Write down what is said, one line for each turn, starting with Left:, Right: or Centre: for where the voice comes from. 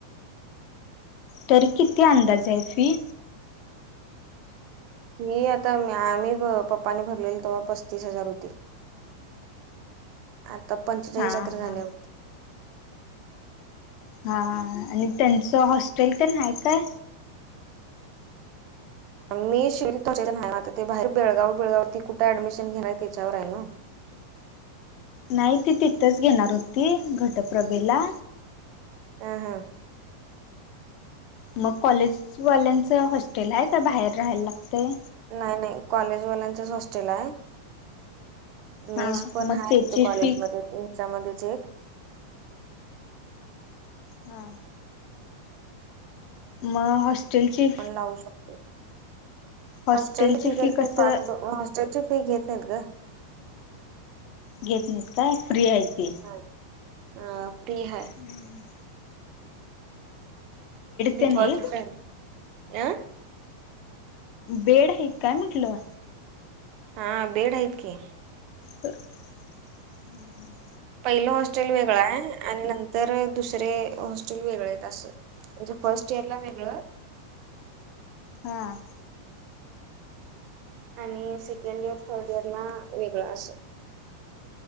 Left: तरी किती अंदाज आहे फी
Right: ही आंता आम्हीं पप्पांने भरलेली तेव्हां पस्तीस हजांर होती आंता पंचचाळी
Left: हा
Right: रात्रे
Left: हा
Right: झाल्यां होतं
Left: हां हां आणि त्यांचं हॉस्टेल पणं आहे कायं
Right: मी शिव आहे आंता ते बाहेर बेळगांव बिळगांव ते कुठे ऍडमिशन घेणारं आहे त्यांच्यावर आहे नां
Left: नाहीं ती तिथंच घेणारं होती घटप्रभेला
Right: आं हां
Left: मंग कॉलेजवाल्यांचं हॉस्टेल आहे कां मंग बाहेर राहांवाला लागतं
Right: नाहीं नाहीं कॉलेजवाल्यांच चं हॉस्टेल आहे मेस
Left: हा
Right: पणं
Left: मग
Right: आहे
Left: त्याची
Right: तिथे कॉलेजमध्यें
Left: फी
Right: हेच्यांमध्यें चं एक
Left: हां मंग हॉस्टेलची
Right: लावूं शकतो
Left: हॉस्टेलची
Right: हॉस्टेल फी घेतं
Left: कसं
Right: हॉस्टेलची फी घेतं नाहींत गं
Left: घेतं नाहींत कायं फ्री आहे ते
Right: हं हं फी आहे
Left: हं
Right: डिपॉजिट
Left: तेन हाईत?
Right: आहे अं
Left: बेड आहेतं कायं म्हटलं
Right: हां बेड आहेतं की
Left: तरं हम्मं हम्मं
Right: पहिलं हॉस्टेल वेगळं आहे आणि नंतर तरं दुसरे हॉस्टेल वेगळे असं म्हणजे फर्स्ट इयंर लां वेगळं
Left: हां
Right: आणि सेकंड इयंर थर्ड इयंर नां वेगळं असतं